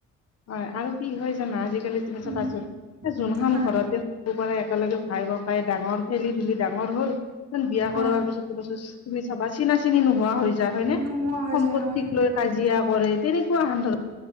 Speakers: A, on the left (about 55°); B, on the right (about 55°).
A: হয়, আৰু কি হয় জানা আজিকালি তুমি
B: উম,
A: চাবাচোন এ যোনখন
B: হয়
A: ঘৰতে সৰুৰে পৰা একেলগে ভাই-ককাই ডাঙৰ খেলি ধুলি ডাঙৰ হল <unintelligible> বিয়া
B: হয়
A: কৰোৱাৰ পিছত তু-তুমি চাবা চিনা-চিনি নোহোৱা হৈ যায় হয়নে,
B: নোহোৱা হৈ
A: সম্পত্তিক
B: যায় হয়
A: লৈ কাজিয়া কৰে, তেনেকুৱা হান ধৰণ